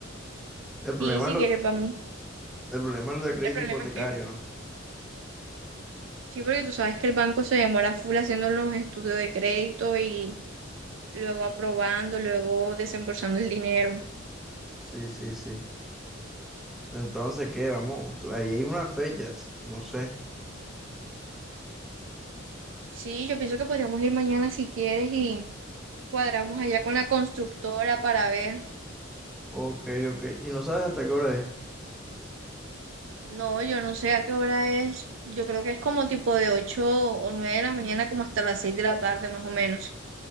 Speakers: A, in the centre; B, on the right (about 70°).
A: El problema
B: Sí, si
A: es lo,
B: quieres, vamos.
A: el problema es lo de crédito
B: El problema
A: hipotecario,
B: es que,
A: ¿no?
B: sí, porque tú sabes que el banco se demora full haciendo los estudios de crédito y luego aprobando, luego desembolsando el dinero.
A: Sí, sí, sí. Entonces, ¿qué? Vamos, tú- ahí hay unas fechas, no sé.
B: Sí, yo pienso que podríamos ir mañana si quieres y cuadramos allá con la constructora para ver.
A: Ok, ok. ¿Y no sabes hasta qué hora es?
B: No, yo no sé a qué hora es. Yo creo que es como tipo de ocho o nueve de la mañana, como hasta las 6 de la tarde más o menos.